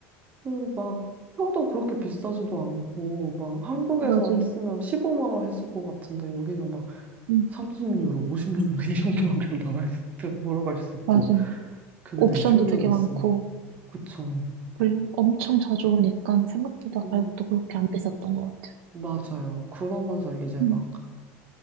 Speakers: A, on the right; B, on the right.
A: 그리고 막 표도 그렇게 비싸지도 않고 막 한국에서
B: 맞아요.
A: 했으면 15만 원 했을 것 같은데 여기는 막
B: 음,
A: 30유로, 50유로 <laughs> 이 정도만 그냥 나갈 수, 보러 갈 수 있고
B: 맞아요.
A: 그게
B: 옵션도
A: 되게 충격이었어요.
B: 되게 많고
A: 그쵸.
B: 그리고 엄청 자주 오니까 생각보다
A: 음,
B: 가격도 그렇게 안 비쌌던 것 같아요.
A: 맞아요. 그러면서 이제
B: 음,
A: 막